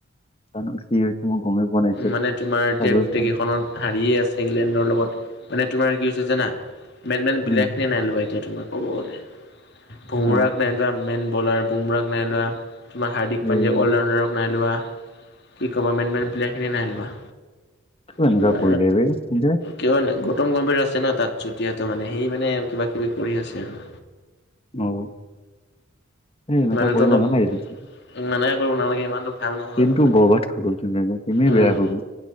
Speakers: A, on the left (about 30°); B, on the left (about 55°).
A: জানোঁ কি হৈছে? মই গমেই পোৱা নাই। এতিয়ালৈ
B: মানে তোমাৰ এতিয়া
A: চাবই
B: গোটেই
A: পোৱা
B: কেইখনত
A: নাই
B: হাৰিয়ে আছে ইংলেণ্ডৰ লগত মানে তোমাৰ কি হৈছে জানা, মেন-মেন প্লেয়াৰ
A: উম
B: খিনিয়ে নাই লোৱা। এতিয়া তোমাৰ ক'ব গ'লে, বোমৰাক
A: অ
B: নাই লোৱা মেন বলাৰ, বোমৰাক নাই লোৱা। তোমাৰ হাৰ্দিক পাণ্ডেয়াক
A: এই
B: অ'ল ৰাউণ্ডাৰক নাই লোৱা, কি ক'বা মেণ্টমেণ্ট প্লেয়াৰখিনিয়ে নাই লোৱা।
A: কিয় এনেকুৱা
B: তোমাৰ
A: কৰি দিয়ে বে। কি যে
B: কিয় এনে গৌতম গম্ভীৰ আছে ন তাত চুটিয়াটো মানে সি মানে আৰু কিবা-কিবি কৰি আছে আৰু।
A: অ' সেই এনেকুৱা
B: মানুহটো
A: কৰিব
B: অলপ
A: নালাগিছিল।
B: মানাই কৰিব নালাগে ইমানটো ভাল নহয়
A: গেমটো
B: অলপ মানে
A: বৰবাদ হয় গ'ল ধুনীয়াকে, গেমে
B: উম
A: বেয়া হৈ গ'ল।